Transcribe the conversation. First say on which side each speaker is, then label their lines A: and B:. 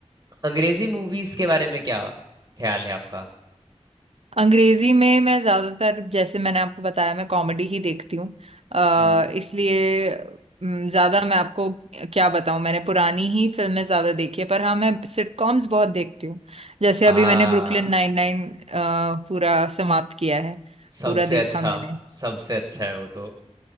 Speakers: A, on the right; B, on the right.
A: अंग्रेजी मूवीज के बारे में क्या ख्याल है आपका
B: अंग्रेजी में मैं ज्यादातर जैसे मैंने आपको बताया मैं कॉमेडी ही देखती हूँ अ,
A: हम्म
B: इसलिए अम, ज्यादा मैं आपको क्या बताऊँ मैंने पुरानी ही फिल्में ज्यादा देखी है पर हाँ मैं सिटकॉम्स बहुत देखती हूँ जैसे
A: आ
B: अभी मैंने ब्रुकलिन नाइन नाइन पूरा समाप्त किया है
A: सबसे
B: पूरा देखा
A: अच्छा
B: मैंने
A: सबसे अच्छा है वो तो